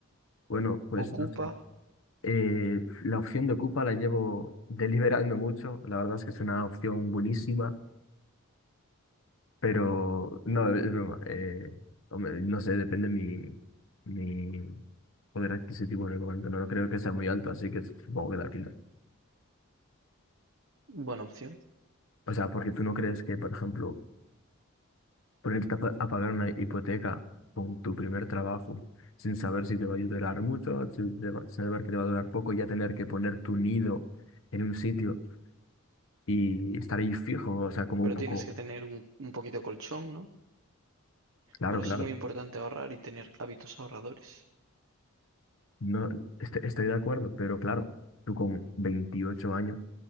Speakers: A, on the left; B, on the right.
A: bueno, pues
B: ¿Ocupa?
A: no sé. Eh, la opción de Ocupa la llevo <laughs> deliberando mucho, la verdad es que es una opción buenísima, pero no, es broma, eh, hombre, no sé, depende mi, mi poder adquisitivo en el momento, no, no creo que sea muy alto, así que supongo que la alquiler.
B: Buena opción.
A: O sea, porque tú no crees que, por ejemplo, Ponerte a pa- a pagar una hipoteca con tu primer trabajo sin saber si te va a durar mucho, si te va- saber que te va a durar poco, ya tener que poner tu nido en un sitio y estar ahí fijo, o sea, como
B: Pero
A: un poco,
B: tienes que tener un, un poquito de colchón, ¿no?
A: claro,
B: Por eso
A: claro,
B: es muy importante ahorrar y tener hábitos ahorradores.
A: no est- estoy de acuerdo, pero claro, tú con 28 años